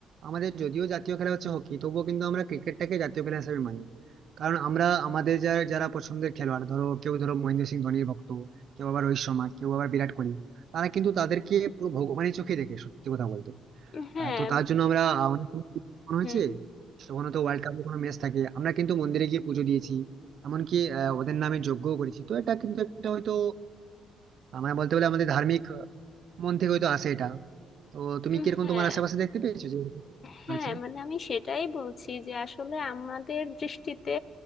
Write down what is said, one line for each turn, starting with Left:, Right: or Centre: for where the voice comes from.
Right: আমাদের যদিও জাতীয় খেলা হচ্ছে হকি তবুও কিন্তু আমরা ক্রিকেটটাকে জাতীয় খেলা হিসেবে মানি কারণ আমরা আমাদের যারা যারা পছন্দের খেলোয়াড় ধরো কেউ ধরো মহেন্দ্র সিং ধোনির ভক্ত কেউ আবার রোহিত শর্মা কেউ আবার বিরাট কোহলি তারা কিন্তু তাদেরকে পুরো ভগবানের চোখে দেখে সত্যি কথা বলতে
Left: হ্যাঁ
Right: আহ, তো তার জন্য আমরা আহ, অনেক মনে হয়েছে
Left: হুম
Right: কখনো তো ওয়ার্ল্ড কাপের কোনো ম্যাচ থাকে আমরা কিন্তু মন্দিরে গিয়ে পুজো দিয়েছি এমনকি আহ, ওদের নামে যজ্ঞও করেছি তো এটা কিন্তু একটা হয়তো আমার বলতে গেলে আমাদের ধার্মিক মন থেকে হয়তো আসে এটা তো তুমি
Left: উম,
Right: কিরকম
Left: হ্যাঁ
Right: তোমার আশেপাশে দেখতে পেয়েছো যে এরকম
Left: হ্যাঁ
Right: আছে
Left: মানে আমি সেটাই বলছি যে আসলে আমাদের দৃষ্টিতে